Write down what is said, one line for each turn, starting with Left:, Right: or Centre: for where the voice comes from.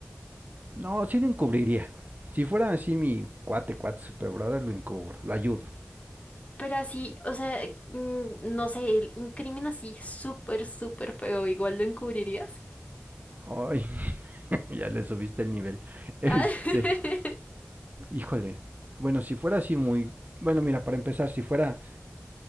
Right: no, sí lo encubriría. Si fuera así mi cuate, cuate, super brother, lo encubro, lo ayudo.
Left: Pero así, o sea, mm, no sé, el- un crimen así súper, súper feo, igual lo encubrirías.
Right: Ay, <laughs> ya le subiste el nivel. Este,
Left: Ah, <laughs>
Right: Híjole, bueno, si fuera así muy... Bueno, mira, para empezar, si fuera